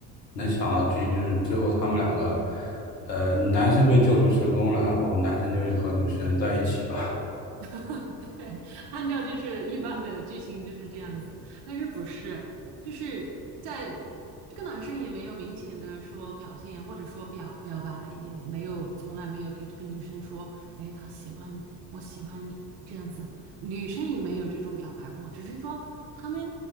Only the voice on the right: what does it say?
<laughs> 对，按照就是一般的剧情就是这样子，但是不是，就是在这个男生也没有明显的说表现，或者说表表白，也没有从来没有给这个女生说，哎，他喜欢你，我喜欢你这样子，女生也没有这种表白过，只是说他们